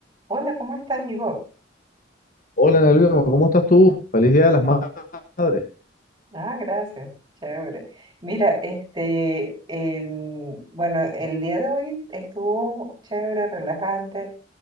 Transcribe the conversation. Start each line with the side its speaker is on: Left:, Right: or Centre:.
Right: Hola, ¿cómo estás, Igor?
Left: Hola, Ana Luisa, ¿cómo estás tú? Feliz Día de las Ma- Madres.
Right: Ah, gracias, chévere. Mira, este, en- bueno, el día de hoy estuvo chévere, relajante.